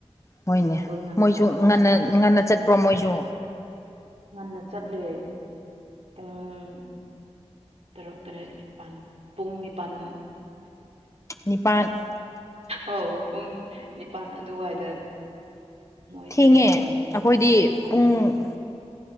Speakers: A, on the left; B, on the right.
A: ꯍꯣꯏꯅꯦ
B: ꯁ꯭ꯀꯨꯜ ꯅꯪꯅꯕ
A: ꯃꯣꯏꯁꯨ
B: ꯍꯧꯒꯠꯂꯣꯏꯕ
A: ꯉꯟꯅ ꯉꯟꯅ ꯆꯠꯄ꯭ꯔꯣ ꯃꯣꯏꯁꯨ
B: ꯉꯟꯅ ꯆꯠꯂꯦ ꯄꯨꯡ ꯇꯔꯨꯛ ꯇꯔꯦꯠ ꯅꯤꯄꯥꯜ ꯄꯨꯡ ꯅꯤꯄꯥꯜ
A: ꯅꯤꯄꯥꯟ
B: ꯑꯥꯎ ꯄꯨꯡ ꯅꯤꯄꯥꯜ ꯑꯗꯨꯋꯥꯏꯗ ꯃꯣꯏꯁꯦ
A: ꯊꯦꯡꯉꯦ
B: ꯎꯝ
A: ꯑꯩꯈꯣꯏꯗꯤ ꯄꯨꯡ